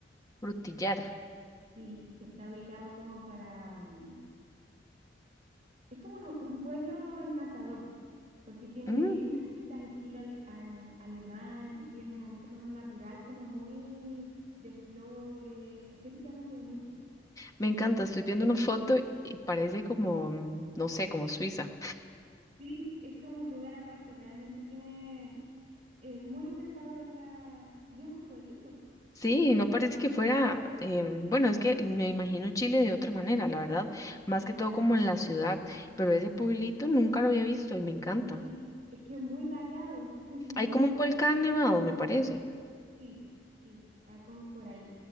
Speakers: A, on the left (about 20°); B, on the right (about 35°).
A: frutillar.
B: Sí, que está ubicado como para mm, Es como uno- un pueblo encantador, porque tiene
A: Mm,
B: casitas estilo ale- an- alemán y tiene un entorno natural como muy de flores, estéticamente bonito.
A: Me encanta, estoy viendo una foto y parece como, mm, no sé, como Suiza.
B: Sí, es como un lugar aparte, realmente tiene, es muy encantador la, y es un pueblito.
A: Sí, no parece que fuera, em, bueno, es que me imagino Chile de otra manera, la verdad,
B: Y
A: más que todo
B: la
A: como
B: verdad
A: en
B: es
A: la
B: que
A: ciudad, pero ese pueblito nunca lo había visto y me encanta.
B: sí, es que es muy variado, <laughs> muy
A: Hay
B: variado.
A: como un volcán nevado, me parece.
B: Sí, sí, está como por ahí.